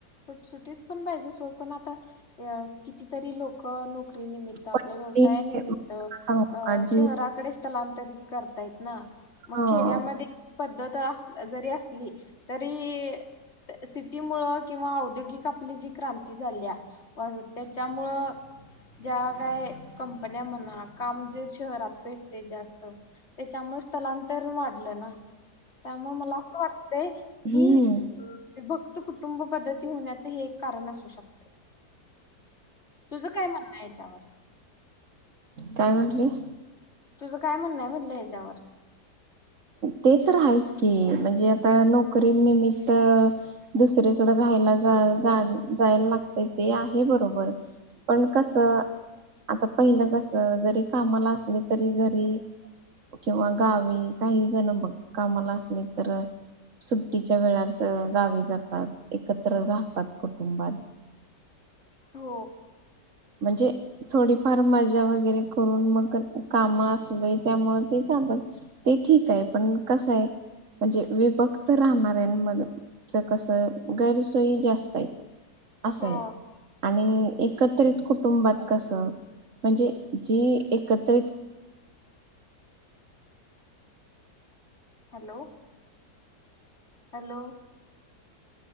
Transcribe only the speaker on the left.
सुटसुटीत पण पाहिजे सोड पण आता कितीतरी लोक लोकं नोकरीनिमित्त आपल्या
व्यवसायानिमित्त
शहराकडे स्थलांतरीत करतायेत ना मग
खेड्यामध्ये पद्धत असल्या जरी असल्या तरी सिटीमुळं किंवा औद्योगिक आपली जी क्रांती झाल्या त्याच्यामुळे ज्या काय कंपन्या म्हणा काम जे शहरात भेटते जास्त त्याच्यामुळे स्थलांतर वाढलं ना- त्यामुळे मला असं वाटत
इ अ <unintelligible> विभक्त कुटुंब पद्धती होण्याच हे एक कारण असू शकते तुझ काय म्हणणं आहे वरच्यावर
तुझं काय म्हणणं आहे म्हटलं याच्यावर
हो
हो
हॅलो! हॅलो